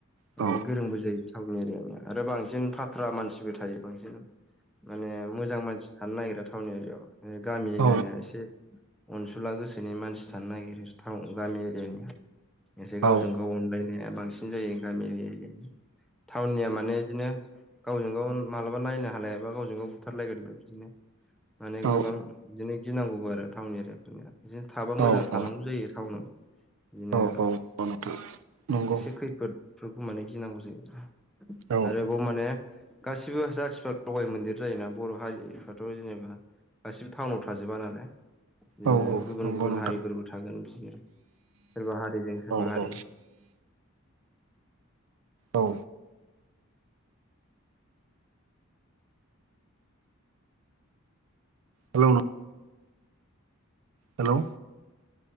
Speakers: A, on the right; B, in the centre.
A: औ
B: माने गोरोंबो जायो जोंनि एरियानिया आरो बांसिन फाथ्रा मानसिबो थायो बांसिन माने मोजां मानसि थानो नागिरा टाउन एरियाव गामि एरियानिया
A: औ
B: एसे अनसुला गोसोनि मानसि थानो नागिरो टाउन गामि एरियानिया एसे गावजों
A: औ
B: गाव अनलायनाया बांसिन बांसिन जायो गामि एरियानि टाउननिया माने इदिनो गावजों गाव मालाबा नायनो हालायाबा गावजों गाव बुथारलायगोनबो बिदिनो माने
A: औ
B: गोबां बिदिनो गिनांगौबो आरो टाउन एरियाफोरनिया बिदिनो थाबा मोजां
A: औ औ
B: थानांगौ जायो टाउनाव बिदिनो
A: नंगौ नोंथां नंगौ
B: एसे खैफोदफोरखौ माने गिनांगौ जायो
A: औ
B: आरोबाव माने गासिबो जाथिफ्रा लगाय मोनदेर जायोना बर' हारिफ्राथ' जेनेबा गासिबो टाउनाव थाजोबा नालाय बिदिनो
A: औ औ
B: गुबुन
A: नंगौ
B: गुबुन
A: नोंथां
B: हारिफोरबो थागोन बिदिनो सोरबा हारिजों सोरबा
A: औ
B: हारि
A: औ औ हेलौ हेलौ